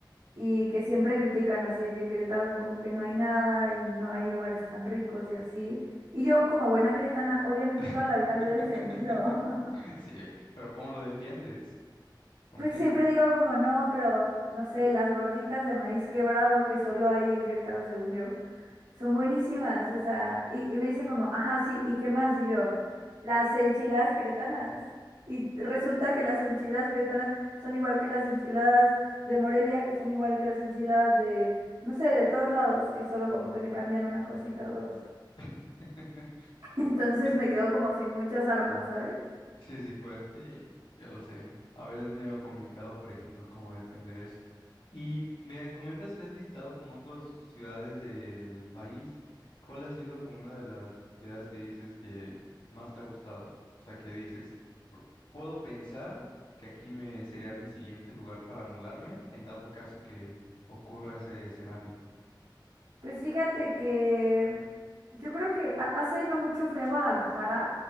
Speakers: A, on the right; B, on the left.
A: y que siempre critican así de que Querétaro como que no hay nada y no hay lugares tan ricos y así. Y yo como buena queretana, obviamente
B: <laughs>
A: toda la vida lo he defendido. <laughs>
B: Sí, pero ¿cómo lo defiendes? ¿Con
A: Pues
B: qué?
A: siempre digo como no, pero no sé, las gorditas de maíz quebrado que solo hay en Querétaro según yo. Son buenísimas, o sea, y, y me dicen como, ajá, sí, ¿y qué más? Y yo, las enchiladas queretanas. Y resulta que las enchiladas queretanas son igual que las enchiladas de Morelia, que son igual que las enchiladas de, no sé, de todos lados, que solo como que le cambian una cosita o dos.
B: <laughs>
A: <laughs> Entonces
B: Ta-
A: me quedo como sin muchas armas, ¿sabes?
B: Sí, sí, pues sí, yo lo sé. A veces es medio complicado, por ejemplo, cómo defender eso. Y me comentas que has visitado como otras ciudades del país. ¿Cuál ha sido como una de las ciudades que dices que más te ha gustado? O sea, que dices, "P- puedo pensar que aquí me sería mi siguiente lugar para mudarme en dado caso que ocurra ese escenario.
A: Pues fíjate que yo creo que ha- hace no mucho fui a Guadalajara